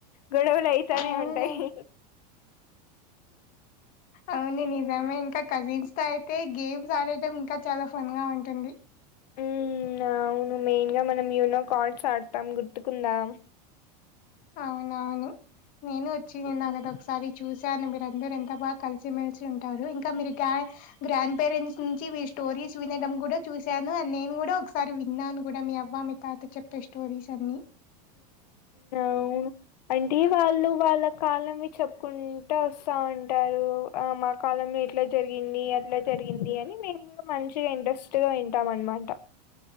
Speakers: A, on the left (about 75°); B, on the left (about 40°).
A: గొడవలు అయితానే
B: అవునులే
A: ఉంటాయి
B: అవును నిజమే
A: ఉమ్
B: ఇంకా కజిన్స్ అయితే గేమ్స్ ఆడటం ఇంకా చాలా ఫన్ గా ఉంటుంది.
A: ఊ అవును మెయిన్ గా మనం యూనో కార్డ్స్ ఆడతాం గుర్తుకుందా
B: అవునవును నేను వచ్చి
A: ఉమ్
B: నా గద ఒకసారి చూశాను మీరందరు ఎంత బాగా కలిసిమెలిసి ఉంటారు ఇంకా మీరు గాయ్ గ్రాండ్ పేరెంట్స్ నుంచి మీ స్టోరీస్ వినడం కూడా చూసాను అ నేను గూడా ఒకసారి విన్నాను కూడా మీ అవ్వా మీ తాత చెప్పే స్టోరీస్ అన్ని
A: వు <inaudible> అంటే వాళ్ళు వాళ్ళ కాలంవి చెప్పుకుంటా వస్తా ఉంటారు ఆ మా కాలం ఇట్లా జరిగింది, అట్లా జరిగింది అని మేము మంచిగా ఇంట్రెస్ట్ గా వింటాం అనమాట